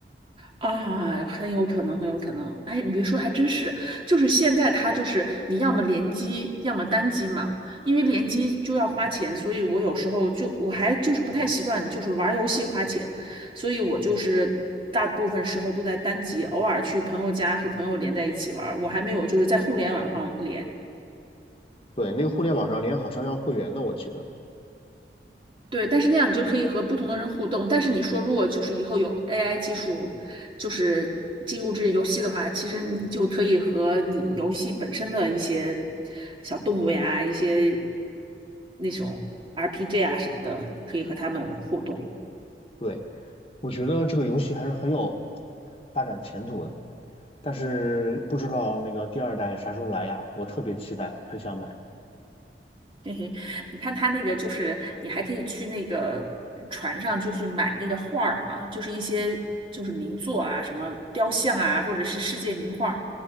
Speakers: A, on the right; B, on the left.
A: 啊，很有可能，很有可能。哎，你别说，还真是，就是现在它就是你要么联机，要么单机嘛。因为联机就要花钱，所以我有时候就我还就是不太习惯，就是玩儿游戏花钱，所以我就是大部分时候都在单机，偶尔去朋友家和朋友连在一起玩儿。我还没有就是在互联网上连。
B: 对，那个互联网上连好像要会员的，我记得。
A: 对，但是那样你就可以和不同的人互动。但是你说，如果就是以后有 AI 技术，就是进入这个游戏的话，其实你就可以和你游戏本身的一些小动物呀、一些那种 RPG 啊什么的，可以和他们互动。
B: 对，我觉得这个游戏还是很有发展前途的。但是不知道那个第二代啥时候来呀？我特别期待，很想买。
A: <laughs> 嘿嘿，你看他那个就是，你还可以去那个呃船上，就去买那个画儿嘛，就是一些就是名作啊，什么雕像啊，或者是世界名画儿。